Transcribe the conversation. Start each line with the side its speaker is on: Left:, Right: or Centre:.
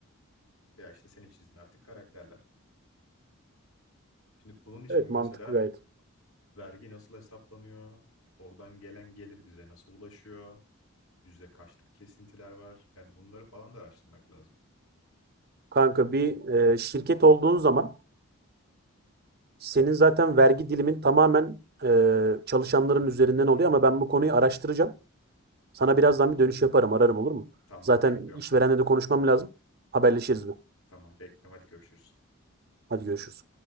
Left: Veya işte senin çizdiğin artık karakterler. Şimdi bunun için
Right: Evet
Left: mesela
Right: mantıklı gayet.
Left: Vergi nasıl hesaplanıyor? Oradan gelen gelir bize nasıl ulaşıyor? Yüzde kaçlık kesintiler var? Yani bunları falan da araştırmak lazım.
Right: Kanka bir e, şirket olduğun zaman senin zaten vergi dilimin tamamen e, çalışanların üzerinden oluyor ama ben bu konuyu araştıracağım. Sana birazdan bir dönüş yaparım, ararım olur mu?
Left: Tamam
Right: Zaten
Left: bekliyorum.
Right: işverenle de konuşmam lazım. Haberleşiriz mi?
Left: Tamam bekliyorum. Hadi görüşürüz.
Right: Hadi görüşürüz.